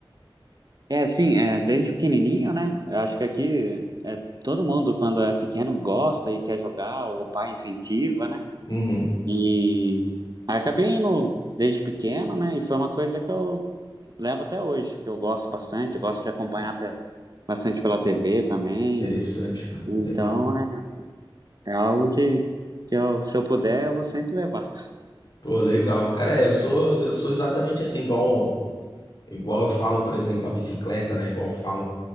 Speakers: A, on the right; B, on the left.
A: É assim, é, desde pequenininho, né? Eu acho que aqui é, todo mundo, quando é pequeno, gosta e quer jogar, ou o pai incentiva, né?
B: Uhum.
A: E aí acabei indo desde pequeno, né? E foi uma coisa que eu levo até hoje, que eu gosto bastante, eu gosto de acompanhar pe- bastante pela TV também.
B: Interessante, cara.
A: Então
B: Legal.
A: é, é algo que, que eu, se eu puder, eu vou sempre levar.
B: Pô, legal. Cara, é, eu sou eu sou exatamente assim, igual igual eu falo, por exemplo, a bicicleta, né? Igual eu falo